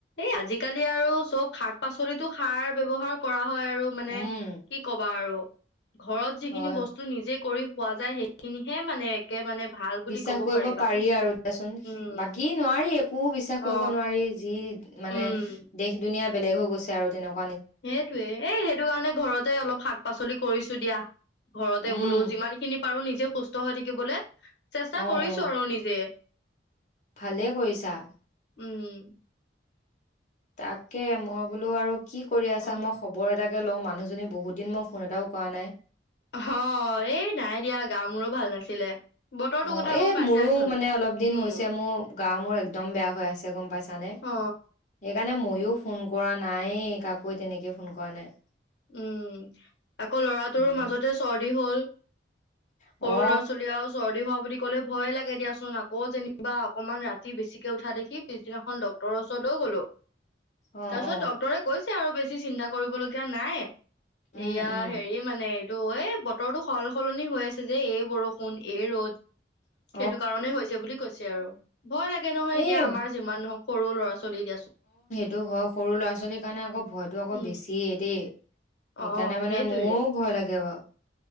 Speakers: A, on the left; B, on the left.
A: এই আজিকালি আৰু চব শাক পাচলিতো সাৰ ব্যৱহাৰ কৰা হয় আৰু মানে
B: উম,
A: কি কবা আৰু ঘৰত যিখিনি
B: হয়
A: বস্তু নিজে কৰি খোৱা যায় সেইখিনিহে মানে একে মানে ভাল বুলি
B: বিশ্বাস
A: ক'ব
B: কৰিব
A: বাকী
B: পাৰি
A: চব
B: আৰু দিয়াচোন
A: উম
B: বাকী নোৱাৰি একো বিশ্বাস
A: অ
B: কৰিব নোৱাৰি যি মানে
A: উম
B: দেশ দুুনীয়া বেলেগ হৈ গৈছে আৰু তেনেকোৱা
A: সেইটোৱে এই সেইটো কাৰণে ঘৰতে অলপ শাক পাচলি কৰিছো দিয়া ঘৰতে
B: উম,
A: বোলো যিমান খিনি পাৰো নিজে সুস্থ হৈ থাকিবলে চেষ্টা
B: অ',
A: কৰিছো
B: অ',
A: আৰু নিজে
B: ভালে কৰিছা।
A: উম!
B: তাকে মই বোলো আৰু কি কৰি আছা
A: অ
B: মই খবৰ এটাকে ল'ম আৰু। মানুহজনী বহুত দিন মই ফোন এটাও কৰা নাই।
A: অ এই নাই দিয়া গা মোৰো ভাল নাছিলে। বতৰটো
B: অ
A: কথা
B: এ
A: গম পাইছাইচোন
B: মোৰো মানে অলপ দিন
A: উম
B: হৈছে মোৰ গা মোৰ একদম বেয়া হৈ আছে গম পাইছানে,
A: অ
B: সেইকাৰণে মই ও ফোন কৰা নাই কাকো তেনেকে ফোন কৰা নাই
A: উম আকৌ ল'ৰাটোৰো
B: উম
A: মাজতে চৰ্দি হ'ল।
B: অ
A: সৰু ল'ৰা- ছোৱালী আও চৰ্দি হোৱা বুলি ক'লে ভয়ে লাগে দিয়াচোন আকৌ যেনিবা অকনমান ৰাতি বেছিকে উঠা দেখি পিছদিনাখন ডক্তৰৰ ওচৰত লৈ গলো
B: অ
A: তাৰপিছত
B: অ
A: ডক্তৰে কৈছে আৰু বেছি চিন্তা কৰিবলগীয়া নাই
B: উম
A: এয়া
B: উম
A: হেৰি মানে এইটো এই বতৰটো সল -সলনি হৈ আছে যে এই বৰষুণ এই ৰ'দ।
B: উ
A: সেইটো কাৰণেই হৈছে বুলি কৈছে আৰু, ভয় লাগে নহয়
B: এই
A: এতিয়া আমাৰ যিমান নহওক সৰু ল'ৰা -ছোৱালী দিয়াচোন।
B: টো হয় সৰু ল'ৰা- ছোৱালীৰ কাৰণে আকৌ ভয়টো আকৌ
A: উম
B: বেছিয়েই দেই, সেইকাৰণে
A: অ
B: মানে
A: সেইটোৱে
B: মোৰ ভয় লাগে বাৰু।